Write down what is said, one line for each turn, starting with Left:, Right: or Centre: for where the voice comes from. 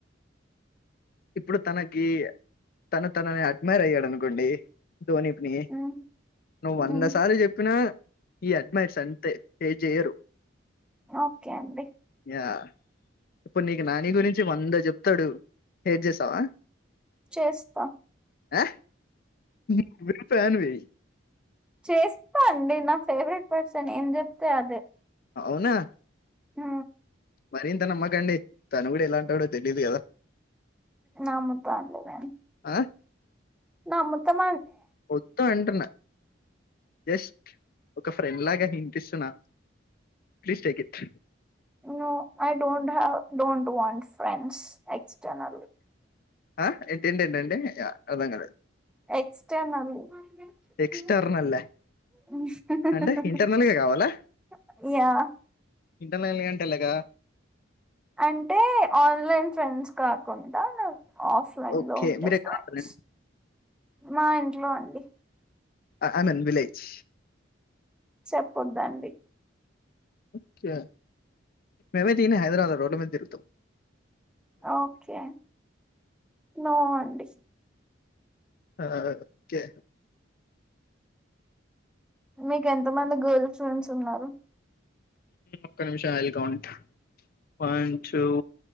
Left: ఇప్పుడు తనకి తన తనని అడ్మైర్ అయ్యాడునుకోండి ధోనిపుని
Centre: మ్మ్
Left: నువ్వు వంద
Centre: మ్మ్
Left: సార్లు చెప్పినా హా అడ్మైర్ అంతే ఎ చేయరు
Centre: ఓకే అండి
Left: ఆ ఇప్పుడు నీకు నాని గురించి వంద చెప్తడు ఏటుచేస్తావా
Centre: చేస్తా
Left: ఆ మీ వి ఫ్యాన్ వీ
Centre: చేస్తా నేన నా ఫేవరెట్ పర్సన్ ఏం చెప్తే అదే
Left: అవునా
Centre: ఊ
Left: మరింత నమ్మకండి తను కూడా ఎలాంటోడో తెలిదు కదా
Centre: నమ్ముతాను లే గని
Left: ఆహ్
Centre: నా ముత్తం
Left: మొత్తం ఇటున్న జస్ట్ ఒక ఫ్రెండ్ లాగే ఇనిపిస్తున్నా please take it
Centre: no I don't have don't want friends external
Left: ఆ ఏంటి ఏంటి ఏంటి అంటే య అర్థం కాలే
Centre: ఎక్స్టర్నల్ హ్
Left: ఎక్స్టర్నల్
Centre: హ్ హ్ హ్
Left: అంటే ఇంటర్నల్
Centre: హ్
Left: గా కావాలా
Centre: యా
Left: ఇంటర్నల్ గా అంటే ఎలాగా
Centre: అంటే ఆన్లైన్ ఫ్రెండ్స్ కాకుండా లైక్ ఆఫ్లైన్
Left: ఓకే.
Centre: లో ఉండే
Left: మీరెక్కడ
Centre: ఫ్రెండ్స్
Left: ఉంటారండి?
Centre: మా ఇంట్లో అండి
Left: ఆ ఐ మీన్ విలేజ్
Centre: చెప్పొద్దండి
Left: ఓకే మేమైతే ఈన్నే హైదరాబాద్లో రోడ్లమీద తిరుగుతం
Centre: ఓకే నో అండి
Left: ఆ ఓకే
Centre: మీకు ఎంత మంది గర్ల్స్ ఫ్రెండ్స్ ఉన్నారు
Left: ఒక్క నిమిషం ఐల్ కౌట్ వన్ టూ